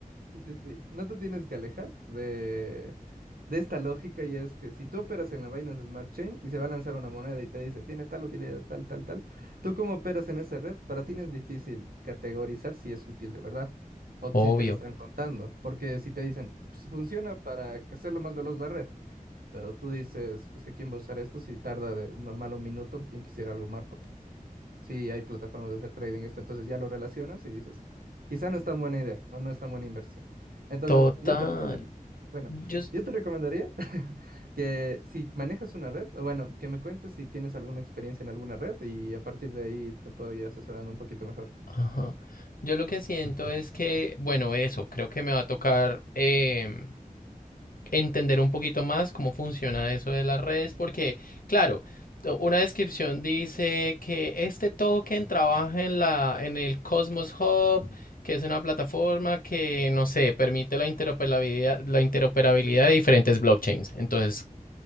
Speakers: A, on the right (about 85°); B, on the left (about 70°).
A: sí, sí, sí, no te tienes que alejar de, de esta lógica y es que si tú operas en la Binance Smart Chain y se va a lanzar una moneda y te dice, tiene tal utilidad, tal, tal, tal, tú como operas en esa red, para ti no es difícil categorizar si es útil de verdad. O
B: Obvio.
A: si te la están contando, porque si te dicen, "Pues, funciona para hacerlo más veloz la red. Pero tú dices, es que quién va a usar esto si tarda de normal un minuto, quién quisiera algo más rápido. Sí, hay plataformas de hacer trading esto, entonces ya lo relacionas y dices, quizá no es tan buena idea o no es tan buena inversión. Entonces,
B: Total.
A: yo te recomiendo, bueno,
B: Yo, s-
A: yo te recomendaría <laughs> que si manejas una red, o bueno, que me cuentes si tienes alguna experiencia en alguna red y a partir de ahí te puedo ir asesorando un poquito mejor.
B: ajá. Yo lo que siento es que, bueno, eso, creo que me va a tocar em, entender un poquito más cómo funciona eso de las redes, porque, claro, to- una descripción dice que este token trabaja en la, en el Cosmos Hub, que es una plataforma que, no sé, permite la interoperabilidad, la interoperabilidad de diferentes blockchains. Entonces,